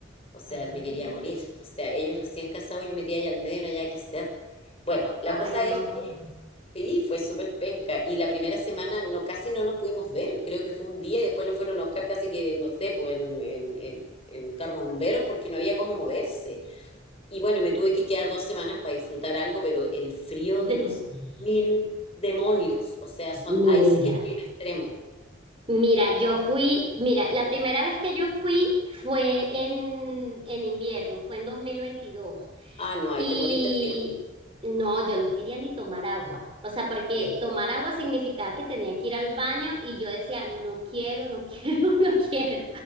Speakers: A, on the left; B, on the right.
A: O sea,
B: Ay,
A: me quería morir. O sea, ellos recién casados, yo metía ahí al medio, no había que hacer. Bueno, la
B: <laughs> ay,
A: cosa
B: no.
A: es que sí, fue súper penca. Y la primera semana no, casi no nos pudimos ver. Creo que fue un día y después lo fueron a Oscar casi que, no sé, pues en, en, en, en un carro de bomberos porque no había cómo moverse. Y bueno, me tuve que quedar dos semanas para disfrutar algo, pero el frío
B: <laughs>
A: de los mil demonios, o sea, son,
B: Mira.
A: ahí sí que es clima extremo.
B: Mira, yo fui, mira, la primera vez que yo fui fue en, en invierno, fue en dos mil veintidós
A: Ah, no, ahí
B: Y
A: te moriste frío.
B: no, yo no quería ni tomar agua. O sea, porque
A: Sí.
B: tomar agua significaba que tenía que ir al baño y yo decía, no quiero, no quiero, <laughs> no quiero.